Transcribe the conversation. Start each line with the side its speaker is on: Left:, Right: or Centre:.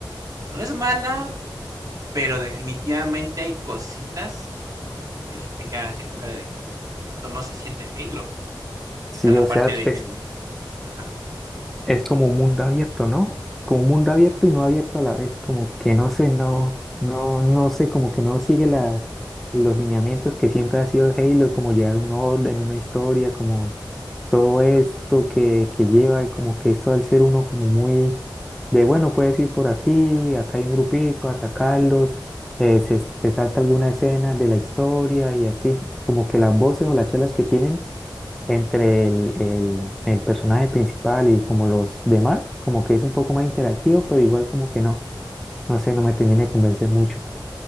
Right: no es mala, pero definitivamente hay cositas que sí te quedan así con cara de que es que esto no se siente Halo, y que
Centre: Sí,
Right: está la
Centre: o
Right: parte
Centre: sea,
Right: de
Centre: pues
Right: que, ajá,
Centre: es como un mundo abierto, ¿no? Como un mundo abierto y no abierto a la vez, como que no sé, no, no, no sé, como que no sigue las, los lineamientos que siempre ha sido Halo, como llevar un orden, una historia, como todo
Right: ajá.
Centre: esto que, que lleva, como que esto al ser uno como muy de, bueno, puedes ir por aquí, acá hay un grupito, atacarlos, eh, se, se salta alguna escena de la historia y así, como que las voces o las charlas que tienen entre el, el, el personaje principal y como los demás, como que es un poco más interactivo, pero igual como que no, no sé, no me termina de convencer mucho.